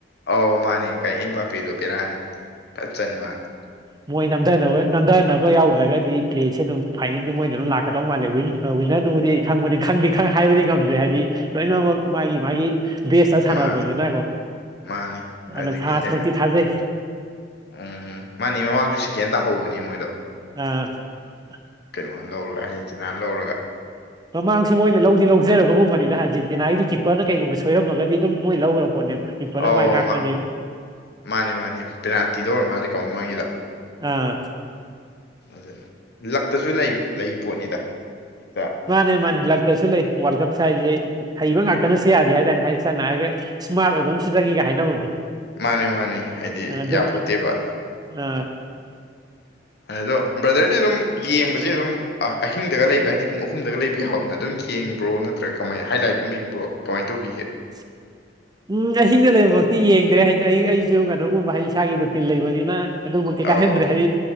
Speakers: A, on the left (about 60°); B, on the right (about 20°).
A: ꯑꯧ ꯃꯥꯅꯤ ꯀꯥꯏ ꯏ ꯄꯄꯤꯗꯨꯣ ꯕꯤꯔꯥꯅꯤꯆꯟ ꯃꯥꯅꯤ
B: ꯃꯣꯏ ꯅꯝꯊꯅꯕ ꯅꯝꯊꯅꯕ ꯌꯥꯎꯗ꯭ꯔꯒꯗꯤ ꯄ꯭ꯂꯦꯁꯦ ꯑꯗꯨꯝ ꯐꯥꯏꯅꯦꯜꯗꯤ ꯃꯣꯏꯗ ꯑꯗꯨꯝ ꯂꯥꯛꯀꯗꯧ ꯃꯥꯜꯂꯦ ꯋꯤꯟꯅꯔꯗꯨꯕꯨꯗꯤ ꯈꯪꯕꯅꯤ ꯈꯪꯗꯦ ꯈ ꯍꯥꯏꯕꯗꯤ ꯉꯝꯗ꯭ꯔꯦ ꯍꯥꯏꯗꯤ ꯂꯣꯏꯅꯃꯛ ꯃꯥꯒꯤ ꯃꯥꯒꯤ ꯕꯦꯁꯇ ꯁꯥꯟꯔꯄꯁꯤꯅꯀꯣ
A: ꯃꯥ ꯃꯥꯅꯤ
B: ꯑꯗꯣ
A: ꯑꯗꯒꯤ
B: ꯐ꯭ꯔꯥꯟꯁ
A: ꯍꯦꯛ
B: ꯃꯛꯇꯤ ꯊꯥꯖꯩ
A: ꯎꯝ ꯃꯥꯅꯦ ꯃꯃꯥꯡꯁꯨ ꯁꯦꯀꯦꯟ ꯇꯥꯍꯧꯕꯅꯤ ꯃꯣꯏꯗꯣ
B: ꯑ <unintelligible> <inaudible>
A: ꯀ ꯂꯧꯔꯒ ꯑꯦꯟꯆꯤꯅꯥꯅ ꯂꯧꯔꯒ
B: ꯃꯃꯥꯡꯁꯨ ꯃꯣꯏꯅ ꯂꯧꯗꯤ ꯂꯧꯖꯔꯕꯒꯨꯝꯕꯅꯤꯅ ꯍꯖꯦꯟꯇꯤꯅꯥꯒꯤꯗꯨ ꯀꯤꯄꯔꯅ ꯀꯩꯒꯨꯝꯕ ꯁꯣꯏꯔꯝꯃꯒꯗꯤ ꯑꯗꯨꯝ ꯃꯣꯏ ꯂꯧꯔꯕ ꯄꯣꯠꯅꯦꯕ ꯄꯣꯠꯅ
A: ꯑꯧ
B: ꯃꯥꯏ ꯉꯥꯛꯄꯅꯤ
A: ꯃꯥ ꯃꯥꯅꯦ ꯃꯥꯅꯦ ꯄꯦꯅꯥꯜꯇꯤꯗ ꯑꯣꯏꯔ ꯃꯥꯜꯂꯦꯀꯣ ꯃꯃꯥꯡꯒꯤꯗꯣ
B: ꯑꯥ
A: ꯐꯖꯅ ꯂꯛꯇꯁꯨ ꯂꯩ ꯄꯣꯠꯅꯤꯗ ꯍꯦꯛꯇ
B: ꯃꯥꯅꯦ ꯃꯥꯅꯦ ꯂꯥꯛꯇꯁꯨ ꯂꯩ ꯋꯥꯔꯜ ꯀꯞꯁ ꯍꯥꯏꯁꯦ ꯍꯩꯕ ꯉꯥꯛꯇ ꯇꯅꯁꯨ ꯌꯥꯗꯦ ꯍꯥꯏꯇꯥꯔꯅꯤ ꯍꯥꯏꯗꯤ ꯏꯁꯝꯅ ꯍꯥꯏꯔꯒ ꯏꯁꯃꯥꯔꯠ ꯑꯣꯏꯕ ꯑꯃꯁꯨ ꯆꯪꯤꯒ ꯍꯥꯏꯅꯕꯗꯣ
A: ꯃꯥꯅꯤ ꯃꯥꯅꯤ ꯍꯥꯏꯗꯤ
B: ꯑꯗꯨꯝ
A: ꯌꯥꯄꯣꯠꯇꯦꯕ
B: ꯑ
A: ꯑꯗ ꯭ꯔꯗꯔꯗꯤ ꯑꯗꯨꯝ ꯌꯦꯡꯕꯁꯦ ꯑꯗꯨꯝ ꯑꯍꯤꯡꯗꯒ ꯂꯩꯕ ꯍꯥꯏꯗꯤ ꯄꯨꯡ ꯑꯍꯨꯝꯗꯒ ꯂꯩꯕ ꯌꯥꯎꯋꯦꯅ ꯑꯗꯨꯝ ꯌꯦꯡꯕ꯭ꯔꯣ ꯅꯠꯇ꯭ꯔꯒ ꯀꯃꯥꯏꯅ ꯍꯥꯏ ꯂ ꯀꯨꯝꯕꯤꯕ꯭ꯔꯣ ꯀꯃꯥꯏꯅ ꯇꯧꯕꯤꯒꯦ
B: <unintelligible> ꯎꯝ ꯉꯁꯤꯗ ꯂꯩꯕꯃꯛꯇꯤ ꯌꯦꯡꯗ꯭ꯔꯦ ꯍꯥꯏꯗꯤ ꯑꯩ ꯑꯩꯁꯨ ꯀꯩꯅꯣꯒꯨꯝꯕ ꯑꯩ ꯏꯁꯥꯒꯤ ꯔꯨꯇꯤꯟ ꯂꯩꯕꯅꯤꯅ ꯑꯗꯨꯃꯛꯇꯤ
A: ꯑꯧ
B: ꯀꯥꯏꯍꯟꯗ꯭ꯔꯦ ꯍꯥꯏꯗꯤ